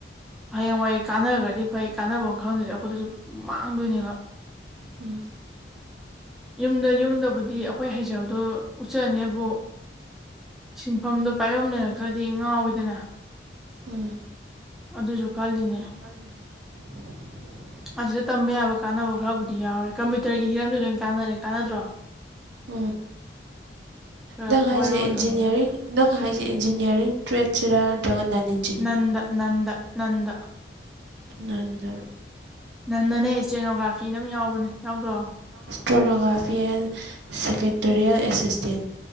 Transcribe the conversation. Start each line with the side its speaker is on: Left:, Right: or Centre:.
Centre: ꯍꯌꯦꯡꯋꯥꯏꯩ ꯀꯥꯟꯅꯔꯒꯗꯤ ꯐꯩ ꯀꯥꯟꯅꯕ ꯑꯃ ꯈꯪꯗꯗꯤ ꯑꯩꯈꯣꯏꯗꯁꯨ ꯃꯥꯡꯗꯣꯏꯅꯦꯕ
Right: ꯎꯝ
Centre: ꯌꯨꯝꯗ ꯌꯨꯝꯗꯕꯨꯗꯤ ꯑꯩꯈꯣꯏ ꯍꯩꯖꯕꯗꯣ ꯎꯠꯆꯅꯦꯕꯨ ꯁꯤꯟꯐꯝꯗꯣ ꯄꯥꯏꯌꯝꯅꯔꯛꯇ꯭ꯔꯗꯤ ꯉꯥꯎꯋꯤꯗꯅ
Right: ꯎꯝ
Centre: ꯑꯗꯨꯁꯨ ꯀꯜꯂꯤꯅꯦ
Right: <inaudible>
Centre: ꯑꯁꯤꯗ ꯇꯝꯕ ꯌꯥꯕ ꯀꯥꯟꯅꯕ ꯈꯔꯕꯨꯗꯤ ꯌꯥꯎꯔꯦ ꯀꯝꯄ꯭ꯌꯨꯇꯔꯒꯤ ꯍꯤꯔꯝꯗꯤ ꯂꯣꯏ ꯀꯥꯟꯅꯔꯦ ꯀꯥꯟꯅꯗ꯭ꯔꯣ
Right: ꯎꯝ
Centre: ꯈꯔ
Right: ꯅꯪ
Centre: ꯊꯋꯥꯏ
Right: ꯍꯥꯏꯁꯦ
Centre: ꯌꯥꯎꯅ
Right: ꯏꯟꯖꯤꯅꯤꯌꯥꯔꯤꯡ
Centre: ꯇꯝꯒ ꯂꯣꯏꯔꯦ
Right: ꯅꯪ ꯍꯥꯏꯁꯦ ꯏꯟꯖꯤꯅꯤꯌꯥꯔꯤꯡ ꯇ꯭ꯔꯦꯠꯁꯤꯔꯥ ꯅꯠꯇ꯭ꯔꯒ ꯅꯟ ꯏꯟ
Centre: ꯅꯟꯗ ꯅꯟꯗ ꯅꯟꯗ
Right: ꯅꯟꯗ
Centre: ꯅꯪꯟꯅꯅꯦ ꯑꯦꯇ꯭ꯔꯦꯅꯣꯒ꯭ꯔꯥꯐꯤ ꯑꯃ ꯌꯥꯎꯕꯅꯦ ꯌꯥꯎꯗ꯭ꯔꯣ
Right: stenography and secretarial assistant